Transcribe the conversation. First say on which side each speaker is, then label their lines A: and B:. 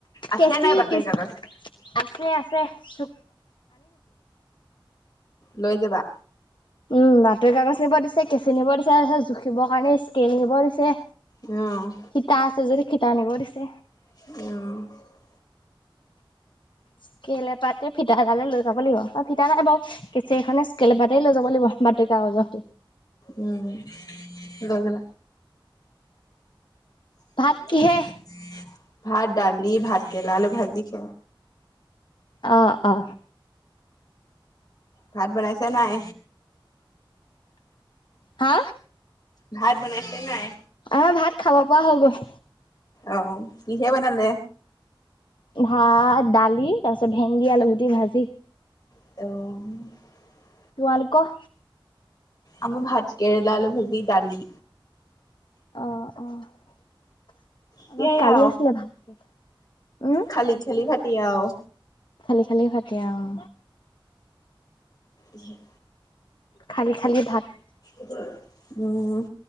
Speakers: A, on the left; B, on the left.
A: আছে
B: কেচি
A: নাই বাতৰি
B: কেচি
A: কাগজ
B: আছে, আছে দিছো।
A: লৈ যাবা।
B: উম, বাতৰি কাগজ নিব দিছে কেচি নিব দিছে তাৰপিছত জুখিব কাৰণে স্কেল নিব দিছে।
A: অ'।
B: টা আছে যদি, ফিটা নিব দিছে।
A: অহ।
B: স্কেল এপাতে, ফিটা এডালে লৈ যাব লাগিব, আৰু ফিতা নাই বাৰু কে সেইখনে, স্কেল এপাতে লৈ যাব লাগিব বাতৰি কাগজৰ সতি।
A: উম, লৈ যাবা। <inaudible>
B: ভাত কিহে
A: ভাত, দালি, ভাত কেৰেলা আলু ভাজি খে
B: অ', অ'।
A: ভাত বনাইছে নাই?
B: হা?
A: ভাত বনাইছে নাই?
B: অ', ভাত খাব পৰা হৈ গ'ল।
A: অহ, কিহে বনালে?
B: ভাত, দালি, তাৰ পিছত ভেন্দি, আলুগুটি ভাজি।
A: অ'
B: তোমালোকৰ?
A: আমাৰ ভাত কেৰেলাৰ ভজি, ডালি।
B: আহ অ'।
A: সেয়াই
B: আমাৰ কালি
A: আৰু
B: আছিলে ভাতকে। উম
A: খালি খালি ভাতি আৰু
B: খালি খালি ভাতেই আৰু।
A: ই
B: খালি খালি ভাত।
A: ওপৰ উম।